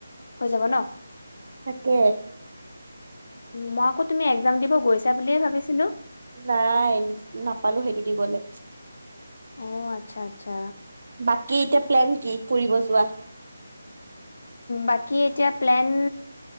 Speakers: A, on the left; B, on the right.
A: হৈ যাব ন।
B: তাকে।
A: মই আকৌ তুমি এক্সাম দিব গৈছা বুলিয়ে ভাবিছিলো ।
B: নাই নাপালো সে কি কি কলে?
A: অ আচ্ছা আচ্ছা
B: বাকী এতিয়া প্লেন কি কৰিব যোৱা?
A: বাকী এতিয়া প্লেন,